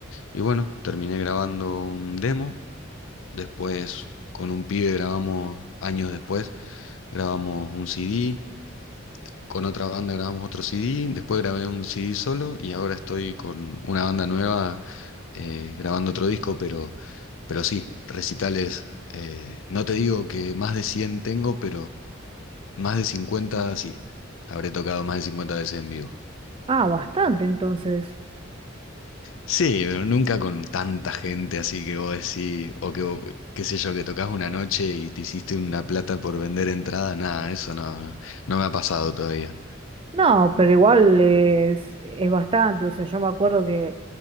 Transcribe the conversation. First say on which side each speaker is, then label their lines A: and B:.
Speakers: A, on the left (about 70°); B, on the right (about 25°).
A: y bueno, terminé grabando un demo Después con un pibe grabamos, años después, grabamos un CD. Con otra banda grabamos otro CD. Después grabé un CD solo y ahora estoy con una banda nueva eh, grabando otro disco, pero, pero sí, recitales. eh, no te digo que más de 100 tengo, pero más de 50 sí. Habré tocado más de 50 veces en vivo.
B: Ah, bastante entonces.
A: Sí, pero nunca con tanta gente así que vos decís, o que, vos- qué sé yo, que tocas una noche y te hiciste una plata por vender entrada, nada, eso no, no me ha pasado todavía.
B: No, pero igual es, es bastante. O sea, yo me acuerdo que